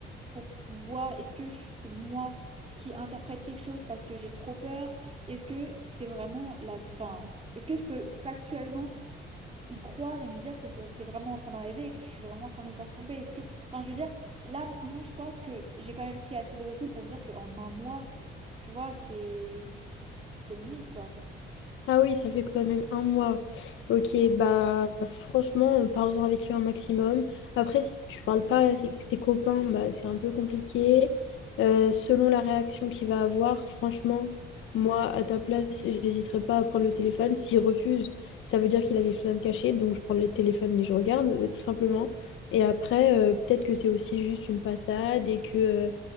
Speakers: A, on the right; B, on the left.
A: pour voir est-ce que je- c'est moi qui interprète quelque chose parce que j'ai trop peur? Est-ce que c'est vraiment la... Enfin, est-ce que je peux factuellement y croire et me dire que ça- c'est vraiment en train d'arriver et que je suis vraiment en train de me faire tromper. Est-ce que, enfin, je veux dire, là en ce moment, je pense que j'ai quand même pris assez de recul pour me dire qu'en un mois, tu vois, c'est c'est limite quoi.
B: Ah oui, ça fait quand même un mois. Ok, bah franchement, euh, parle-en avec lui un maximum. Après, si tu parles pas avec ses copains, bah c'est un peu compliqué. Euh, selon la réaction qu'il va avoir, franchement, moi, à ta place, j'hésiterai pas à prendre le téléphone. S'il refuse, ça veut dire qu'il a quelque chose à me cacher, donc je prends le téléphone et je regarde, euh, tout simplement. Et après, euh, peut-être que c'est aussi juste une passade et que euh,